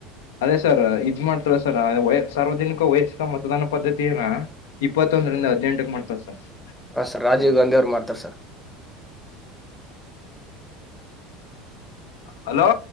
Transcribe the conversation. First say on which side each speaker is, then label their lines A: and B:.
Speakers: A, on the left (about 85°); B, in the centre.
A: ಅದೇ ಸರ್ ಇದ್ ಮಾಡ್ತಾರ ಸರ್ ಸಾರ್ವಜನಿಕ ವಯಸ್ತಿಕ ಮತದಾನ ಪದ್ಧತ ಏನ ಇಪ್ಪತ್ತೊಂದರಿಂದ ಹದಿನೆಂಟಕ್ಕೆ ಮಾಡ್ತವೆ ಸರ್
B: ಹಾಂರ್ ರಾಜೀ್
A: ಹಾ
B: ಗಾಧ ಅವ್ರು ಮಾಡತಾರೆ ಸರ್
A: ಹಲೋ